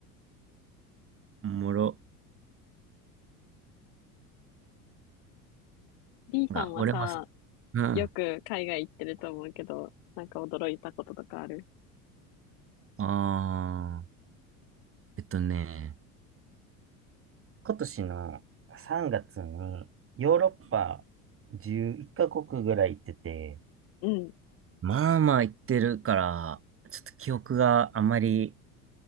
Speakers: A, on the right; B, on the left.
A: おもろ。
B: B さんはさ、
A: が、俺も、うん。
B: よく海外行ってると思うけど、なんか驚いたこととかある
A: ああ、えっとね、今年の3月にヨーロッパ11カ国ぐらい行ってて、
B: うん、
A: まあまあ言ってるから、ちょっと記憶があまり、